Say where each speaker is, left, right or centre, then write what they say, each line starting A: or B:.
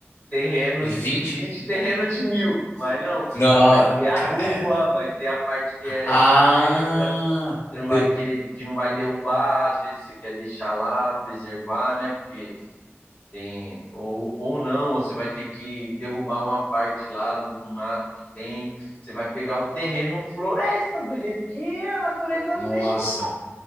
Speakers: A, on the left; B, on the left.
A: terrenos
B: Em 20?
A: de 20 terrenos de mil. Mas não,
B: Não,
A: vai ter a
B: ca-
A: rua,
B: é.
A: vai ter a parte que é
B: Ah,
A: floresta, que você não vai
B: de-
A: querer, que não vai derrubar, às vezes você quer deixar lá, preservar, né? Porque Tem, ou, ou não, ou você vai ter que derrubar uma parte lá do mato que tem. Você vai pegar o terreno floresta do jeito que a natureza
B: nossa.
A: deixou,